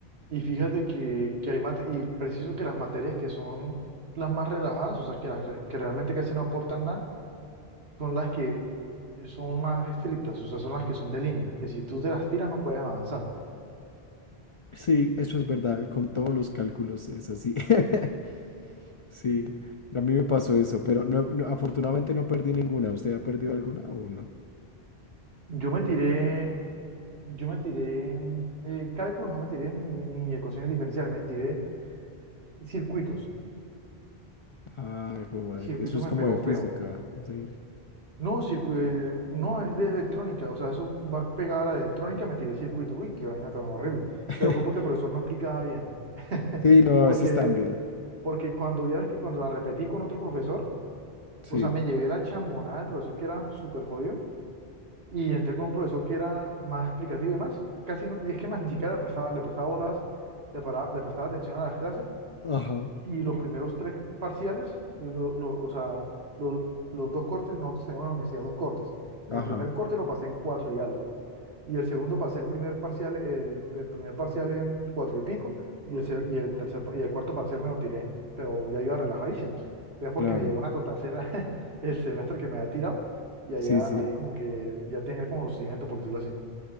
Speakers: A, on the right; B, on the left.
A: Y fíjate que, que hay mate, y preciso que las materias que son las más relajadas, o sea, que, las, re- que realmente casi no aportan nada, son las que son más estrictas, o sea, son las que son de línea, que si tú te las tiras no puedes avanzar.
B: Sí, eso es verdad, con todos los cálculos es así. <laughs> Sí, a mí me pasó eso, pero no, no, afortunadamente no perdí ninguna. ¿Usted ha perdido alguna o no?
A: Yo me tiré, yo me tiré eh, cálculo, no me tiré ni, ni ecuaciones diferenciales, me tiré circuitos.
B: Ay, jue madre,
A: Circuitos
B: eso es
A: me
B: como
A: pegó
B: de física.
A: feo.
B: Sí,
A: No, circu- eh, no, es de electrónica, o sea, eso va pegada a la de electrónica, me tiré circuito, uy, qué vaina tan horrible.
B: <laughs>
A: Pero fue porque el profesor no explicaba bien. <laughs>
B: sí, no, a
A: Porque,
B: veces también.
A: porque cuando vieras que cuando la repetí con otro profesor,
B: Sí,
A: o sea, me llevé la chambonada del profesor que era súper jodido y entré con un profesor que era más explicativo y demás, casi no, y es que más ni siquiera le prestaba, le prestaba bolas, le, para- le prestaba atención a las clases
B: ajá,
A: y los primeros tres parciales, lo- lo- o sea, lo- los dos cortes, nosotros tenemos en la universidad dos cortes.
B: ajá,
A: El primer corte lo pasé en cuatro y algo. Y el segundo pasé el primer parcial, el, el primer parcial en cuatro y pico. Y el, se- y el tercer, pa- y el cuarto parcial me lo tiré, pero ya iba relajadísimo. Es porque
B: claro.
A: me llegó una totacera <laughs> el semestre que me había tirado. Y
B: Sí,
A: allá,
B: sí.
A: ahí como que ya tenía el conocimiento, por decirlo así.